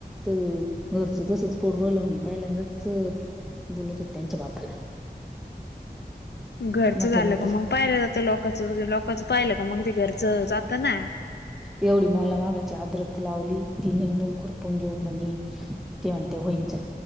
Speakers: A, in the centre; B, on the left.
A: तर घरचं तसच पोड रलं म्हणी पहिल्यांदाच बोलत होते त्यांच्या बापाला
B: घरचं
A: माझं
B: झालं
A: मत
B: का मग पाहिलं जातं लोकचं लोकचं पाहिलं का मग ते घरचं जात ना.
A: एवढी मौला मागच अ्र लावली ती निंदून खुरपून घेऊ म्हण ते म्हणते होईच.